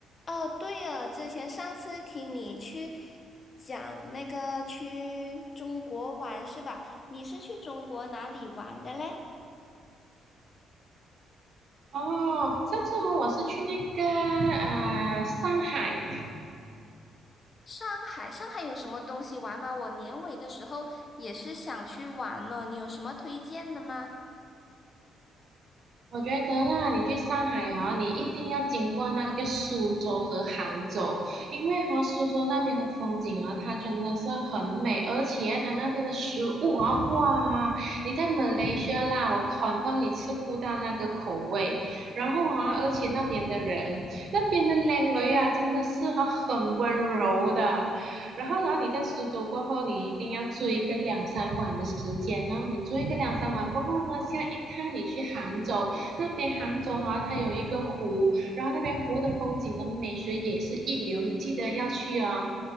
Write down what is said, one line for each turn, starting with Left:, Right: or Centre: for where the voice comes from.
Left: 哦，对了，之前上次听你去讲那个去中国玩是吧？你是去中国哪里玩的嘞？
Right: 哦，上次哦，我是去那个啊、上海，
Left: 上海，上海有什么东西玩吗？我年尾的时候也是想去玩呢，你有什么推荐的吗？
Right: 我觉得啦，你去上海哈、你一定要经过那个苏州和杭州，因为哈、苏州那边的风景啊，它真的是很美，而且它那边的食物啊，哇，你在马来西亚啦，我 c o n 你吃不到那个口味。然后啊，而且那边的人，那边的靓女啊，真的是哈、很温柔的。然后啊，你在苏州过后，你一定要住一个两三晚的时间，然后你住一个两三晚过后呢，下一趟你去杭州。那边杭州哈、啊它有一个湖，然后那边湖的风景的美学也是一流，你记得要去哦。